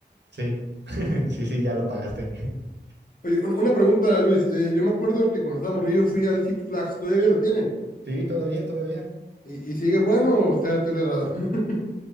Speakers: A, on the right; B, on the left.
A: Sí, <laughs> sí, sí, ya lo pagaste. <laughs>
B: Oye, un- una pregunta, Luis. Eh, yo me acuerdo que cuando estaba morrillo fui al Six Flags, ¿todavía lo tienen?
A: Sí, todavía, todavía.
B: Y, y sigue bueno o está deteriorado. <laughs>